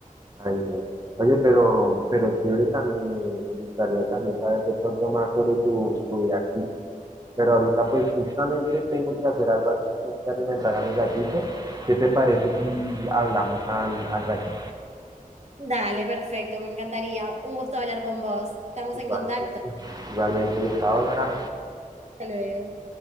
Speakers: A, on the right; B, on the right.
A: Ay, no. Oye, pero, pero chévere también, eh, me gustaría también saber de pronto más sobre tu, tu vida artística. Pero ahorita pues justamente tengo que hacer algo así, tengo que alimentar a mi gatito. ¿Qué te parece si hablamos al, al ratito?
B: Dale, perfecto, me encantaría. Un gusto hablar con vos. Estamos
A: Igualmente,
B: en contacto.
A: igualmente, chao, Lara.
B: Hasta luego.